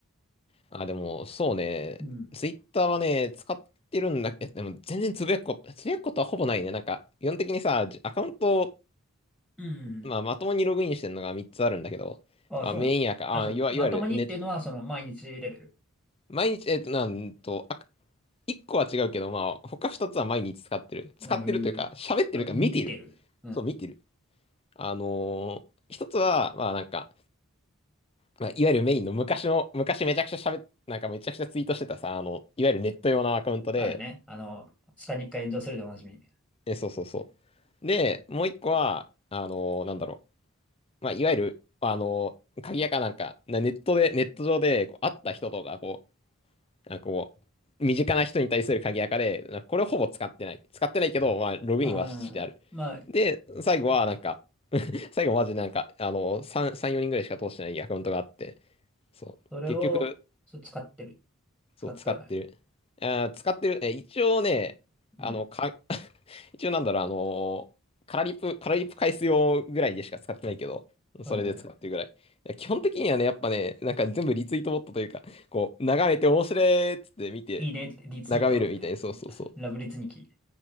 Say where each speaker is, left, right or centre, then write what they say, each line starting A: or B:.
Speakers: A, on the left; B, in the centre.
A: あ、でも、そうね、
B: うん。
A: ツイッターはね、使ってるんだけど、でも、全然つぶやくこと、つぶやくことはほぼないね。なんか、基本的にさ、じアカウントを、
B: うん。
A: まあ、まともにログインしてるのが3つあるんだけど、
B: あ、
A: まあ、
B: そうなの。
A: メインアカ、
B: あ、そう、
A: あ、いわ、
B: まともにっていうのは、
A: いわゆるネッ
B: その、毎日レベル。
A: 毎日、えっと、なんと、あ、一個は違うけど、まあ、他二つは毎日使ってる。使ってるというか、
B: あ、へえ。
A: 喋ってるか、
B: あ、み、
A: 見てる。
B: 見てる。うん。
A: そう、見てる。あのー一つは、まあなんか、まあ、いわゆるメインの昔の、昔めちゃくちゃ喋っ、なんかめちゃくちゃツイートしてたさ、あの、いわゆるネット用のアカウントで、
B: あるね。あの、下に一回炎上するでおなじみ。
A: え、そうそうそう。で、もう一個は、あのーなんだろう。まあ、いわゆる、あのー鍵屋かなんか、なネットで、ネット上で、こう、会った人とか、こう、なんかこう、身近な人に対する鍵垢で、なんかこれをほぼ使ってない。使ってないけど、まあ、ログインはしてある。
B: うん。まあ、
A: で、最後はなんか、
B: あ
A: 最後マジなんか、あの、3、3、4人ぐらいしか通してないアカウントがあって、そう、
B: それを、
A: 結局、
B: そう使ってる。
A: そう、
B: 使ってはない。
A: 使ってる。あー、使ってる。え、一応ね、
B: うん。
A: あの、か、<laughs> 一応なんだろう、あのーカラリップ、カラリップ返す用ぐらいでしか使ってないけど、
B: はいはい。
A: それで使ってるぐらい。いや基本的にはね、やっぱね、なんか全部リツイートボットというか、こう、眺めて面白いっつって見て、
B: いいねって、リツイートって。
A: 眺めるみたいな、そうそうそ
B: ラブリツニキ。